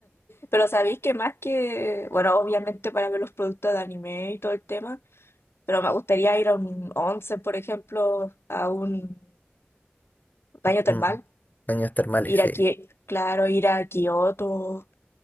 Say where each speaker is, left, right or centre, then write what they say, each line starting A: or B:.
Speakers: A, on the left; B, on the left.
A: Pero sabéis que más que, bueno, obviamente para ver los productos de anime y todo el tema, pero me gustaría ir a un once, por ejemplo, a un baño
B: Terma-
A: termal,
B: Baños termales,
A: ir
B: sí.
A: aquí, claro, ir a Kioto,